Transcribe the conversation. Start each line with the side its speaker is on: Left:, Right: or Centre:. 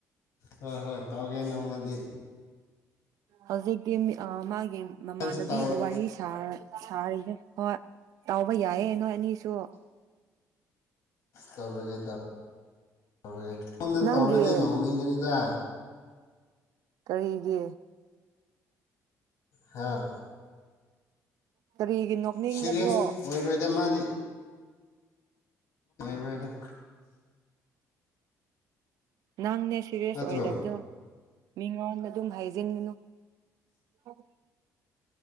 Left: ꯍꯣꯏ ꯍꯣꯏ ꯇꯧꯒꯦ ꯅꯣꯡꯃꯗꯤ
Right: ꯍꯧꯖꯤꯛꯇꯤ ꯃꯥꯒꯤ
Left: ꯍꯣꯔꯦꯟꯁꯨ
Right: ꯃꯃꯥꯟꯅꯕꯤꯒ
Left: ꯇꯧꯔ
Right: ꯋꯥꯔꯤ ꯁꯥꯔ ꯁꯥꯔꯤꯁꯦ ꯍꯣꯏ ꯇꯥꯎꯕ ꯌꯥꯏꯌꯦ ꯅꯣꯏ ꯑꯅꯤꯁꯨ
Left: ꯇꯧꯔꯒꯦ ꯇ ꯑꯩꯉꯣꯟꯗ
Right: ꯅꯪꯒꯤ
Left: ꯇꯧꯔꯗꯤ ꯅꯣꯛꯅꯤꯡꯒꯅꯤꯗ
Right: ꯀꯔꯤꯒꯤ
Left: ꯍꯥꯥ
Right: ꯀꯔꯤꯒꯤ ꯅꯣꯛꯅꯤꯡꯕꯗꯣ
Left: ꯁꯤꯔꯤꯌꯁ ꯑꯣꯏꯔꯣꯏꯗ ꯃꯥꯗꯤ ꯔꯥꯏꯗ
Right: ꯅꯪꯅꯦ ꯁꯤꯔꯤꯌꯁ
Left: ꯅꯠꯇ꯭ꯔꯣ
Right: ꯑꯣꯏꯗꯕꯗꯣ ꯃꯤꯉꯣꯟꯗ ꯑꯗꯨꯝ ꯍꯥꯏꯖꯤꯟꯒꯅꯨ ꯍ <unintelligible>